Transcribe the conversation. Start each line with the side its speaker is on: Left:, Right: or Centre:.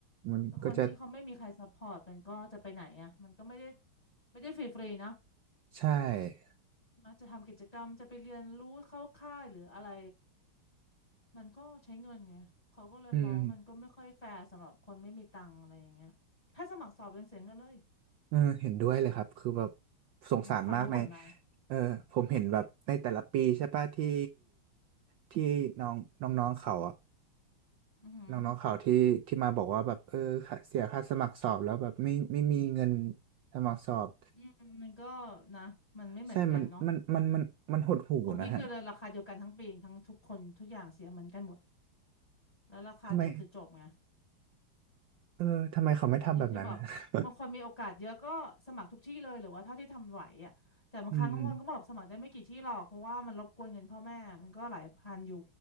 Right: มันก็จะ
Left: คนที่เขาไม่มีใครซัพพอร์ตมันก็จะไปไหนอ่ะมันก็ไม่ได้ไม่ได้ฟรีฟรีเนอะ
Right: ใช่
Left: มักจะทำกิจกรรมจะไปเรียนรู้เข้าค่ายหรืออะไรมันก็ใช้เงินไงเขาก็เลยมองว่ามันก็ไม่ค่อยแฟร์สำหรับคนไม่มีตังค์อะไรอย่างเงี้ยถ้าสมัครสอบยังเสียเงินเลย
Right: อืมเออเห็นด้วยเลยครับ คือแบบสงสารมากใน
Left: อันนี่คือฟังเขาบ่นมา
Right: เออผมเห็นแบบในแต่ละปีใช่ป่ะที่ที่น้องน้องๆเขาอะ
Left: อือหือ
Right: น้องๆเขาที่ที่มาบอกว่าแบบเออค่าเสียค่าสมัครสอบแล้วแบบไม่ไม่มีเงินสมัครสอบ
Left: อืมมันก็นะมันไม่เหมือนกันเนาะ
Right: ใช่ มันมันมันมันมันหดหู่นะฮะ
Left: ของพี่คือราคาเดียวกันทั้งปีทั้งทุกคนทุกอย่างเสียเหมือนกันหมดแล้วราคาเดียวคือจบไง
Right: ทำไมเออทำไมเขาไม่ทำแบบนั้น
Left: อันนี้คือแบบบางคนมีโอกาสเยอะก็สมัครทุกที่เลยหรือว่าเท่าที่ทำไหวอ่ะแต่บางครั้งบางคนก็บอกสมัครได้ไม่กี่ที่หรอกเพราะว่ามันรบกวนเงินพ่อแม่มันก็หลายพันอยู่
Right: <laughs> อืม